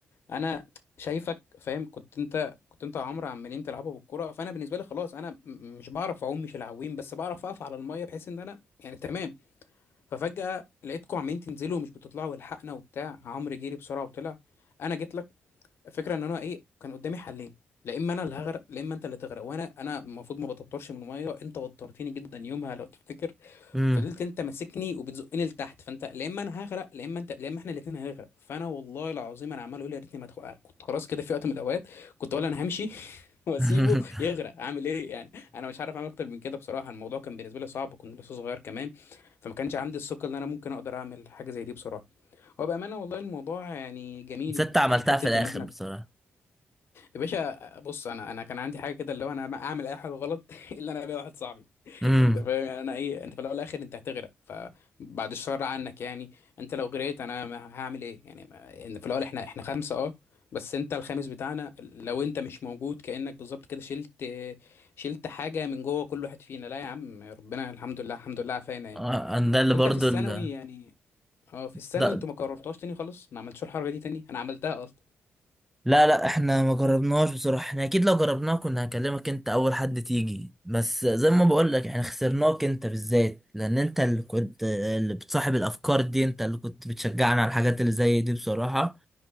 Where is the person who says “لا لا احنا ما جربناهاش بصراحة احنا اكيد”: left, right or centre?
Centre